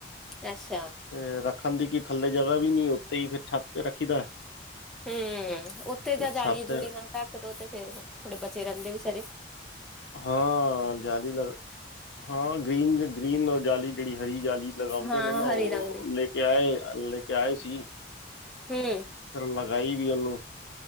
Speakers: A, in the centre; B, on the left.
A: ਅੱਛ
B: ਤੇ ਰੱਖਣ ਦੀ ਕੀ ਥੱਲੇ ਜਗ੍ਹਾ ਵੀ ਨੀ ਉੱਥੇ ਹੀ ਫੇਰ ਛੱਤ ਤੇ ਰੱਖੀ ਦਾ
A: ਹੁੰ, ਉੱਥੇ ਜਾ ਜਾਲੀ
B: ਛੱਤ
A: ਜੁੂਲੀ ਨਾਲ ਢੱਕ ਦੋ ਫੇਰ ਥੋੜੇ ਬਚੇ ਰਹਿੰਦੇ ਵੀਚਾਰੇ।
B: ਹਾਂ, ਜਾਲੀ ਲਗਦ, ਹਾਂ ਗ੍ਰੀਨ ਗ੍ਰੀਨ ਜਾਲੀ ਜਿਹੜੀ ਹਰੀ ਜਾਲੀ। <unintelligible> ਲਗਾਉਂਦੇ
A: ਹਾਂ
B: ਨੇ ਨਾ
A: ਹਰੀ
B: ਉਹ,
A: ਰੰਗ ਦੀ
B: ਲੈ ਕੇ ਆਏ ਲੈ ਕੇ ਆਏ ਸੀ।
A: ਹੁੰ।
B: ਫਿਰ ਲਗਾਈ ਵੀ ਉਹਨੂੰ,